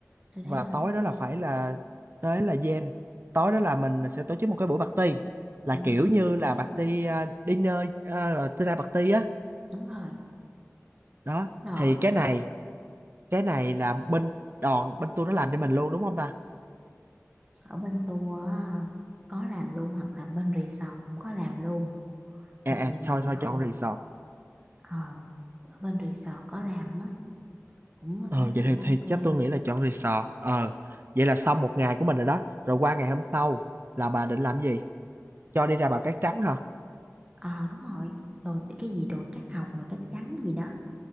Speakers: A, on the right; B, on the right.
A: tôi thấy
B: và
A: là
B: tối
A: hợp
B: đó là
A: lý
B: phải là tới là gen tối đó là mình sẽ tổ chức một cái buổi party
A: đúng
B: là kiểu như
A: chính
B: là
A: xác
B: party uh, dinner uh, dinner party á
A: đúng rồi
B: đó
A: rồi
B: thì cái này cái này là bên đoàn bên tôi nó làm cho mình luôn đúng không ta
A: ở bên tour á, có làm luôn hoặc là bên resort cũng có làm luôn là
B: à
A: tùy
B: à
A: mình
B: thôi thôi
A: chọn
B: chọn resort
A: ờ ở bên resort có làm á cũng
B: Ờ
A: tôi thấy
B: vậy
A: cũng
B: thì,
A: ok
B: thì chắc tôi nghĩ là chọn resort. Ờ vậy là xong một ngày của mình rồi đó. Rồi qua ngày hôm sau là bà định làm gì? Cho đi ra Bà Cát Trắng hả?
A: ờ đúng rồi rồi đi- cái gì đồ cát hồng rồi cát trắng gì đó